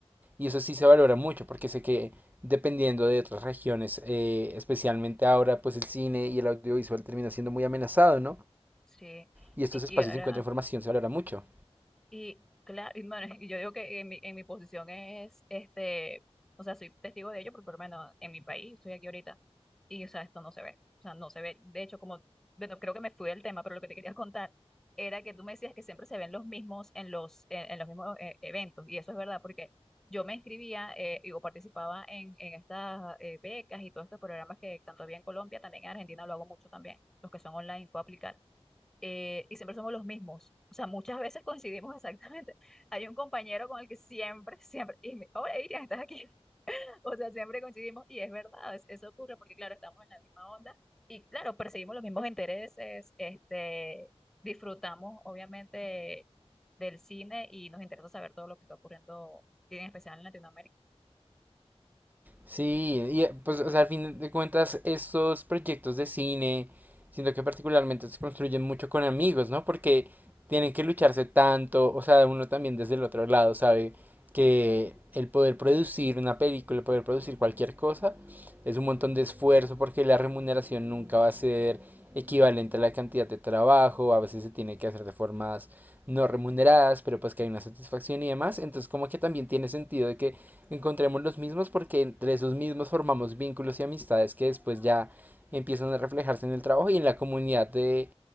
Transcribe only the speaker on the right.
Y eso sí se valora mucho porque sé que dependiendo de otras regiones, eh, especialmente ahora, pues el cine y el audiovisual termina siendo muy amenazado, ¿no?
Y estos
espacios
de encuentro de información se valora mucho.
Sí, y eh, pues o sea, al fin de cuentas estos proyectos de cine, siento que particularmente se construyen mucho con amigos, ¿no? Porque tienen que lucharse tanto, o sea, uno también desde el otro lado sabe que el poder producir una película, el poder producir cualquier cosa, es un montón de esfuerzo porque la remuneración nunca va a ser equivalente a la cantidad de trabajo, a veces se tiene que hacer de formas no remuneradas, pero pues que hay una satisfacción y demás, entonces como que también tiene sentido de que encontremos los mismos porque entre esos mismos formamos vínculos y amistades que después ya empiezan a reflejarse en el trabajo y en la comunidad de,